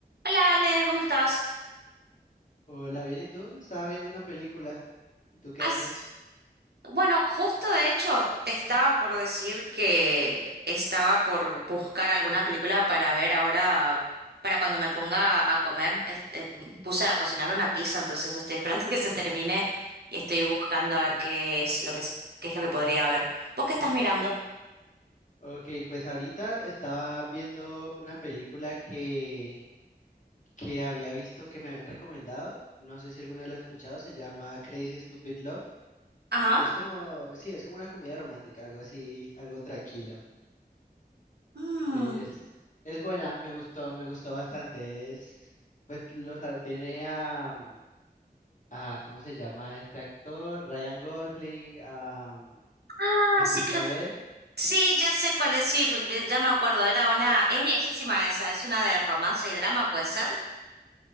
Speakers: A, on the right; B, on the left.
A: Hola Ale, ¿cómo estás?
B: Hola, bien, ¿y tú? Estaba viendo una película. ¿Y tú qué
A: As-
B: haces?
A: Bueno, justo de hecho te estaba por decir que estaba por buscar alguna película para ver ahora, para cuando me ponga a comer. Este, puse a cocinar una pizza, entonces estoy esperando <laughs> que se termine y estoy buscando a ver qué es lo que es, qué es lo que podría ver. ¿Vos qué estás mirando?
B: Ok, pues ahorita estaba viendo una película que, que había visto, que me habían recomendado. No sé si alguna vez la has escuchado, se llama Crazy Stupid Love.
A: Ajá.
B: Es como, sí, es como una comedia romántica, algo así, algo tranquilo.
A: Mm.
B: Es, es buena, me gustó, me gustó bastante. Es, pues los, a- tiene a, a, ¿cómo se llama este actor? Ryan Gosling, a
A: Ah,
B: Steve
A: sí, creo.
B: Carell.
A: Sí, ya sé cuál es, sí, pe- pe- ya me acuerdo, era una, es viejísima esa, es una de romance y drama, ¿puede ser?